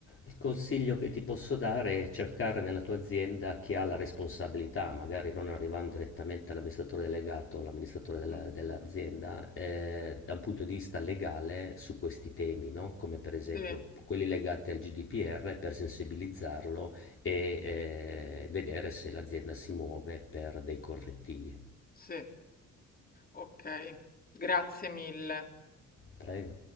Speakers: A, on the left; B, on the left.
A: Il consiglio che ti posso dare è cercare nella tua azienda chi ha la responsabilità, magari non arrivando direttamente all'amministratore delegato o all'amministratore della-
B: mm,
A: dell'azienda, eh, da un punto di vista legale su questi temi, no? Come per esempio
B: sì,
A: quelli legati al GDPR per sensibilizzarlo e eh, vedere se l'azienda si muove per dei correttivi.
B: sì. Okay, grazie mille.
A: Prego.